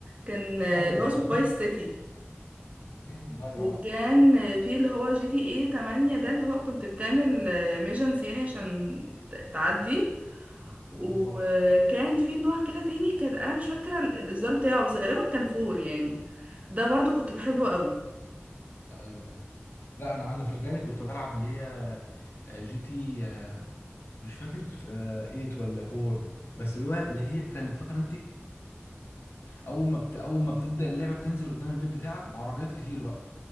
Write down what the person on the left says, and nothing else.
ايوه
ايوه
<laughs> أمم، ايوه
عارف
بالظبط
ايوه ايوه لا انا انا في الغالب كنت بلعب اللي هي آه، جي تي آه، مش فاكر آه، 8 ولا 4 بس الوقت اللي هي كانت فاكره انت اول ما بت... اول ما بتبدا اللعبه بتنزل قدام البيت بتاعك وعربيات كتير بقى